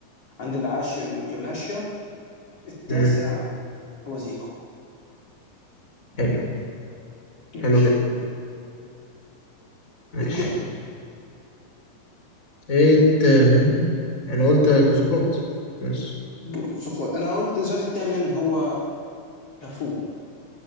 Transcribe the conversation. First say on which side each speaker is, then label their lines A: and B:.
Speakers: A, on the left (about 40°); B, on the left (about 20°).
A: عند العاشر جرناشيا التاسع
B: مم،
A: هو زيكو
B: حلو
A: ماشي
B: حلو جدا ماشي
A: الثامن
B: ايه التامن انا قلت كوزقراط بس
A: بو- زقوات انا قلت السؤال الثامن هو كافو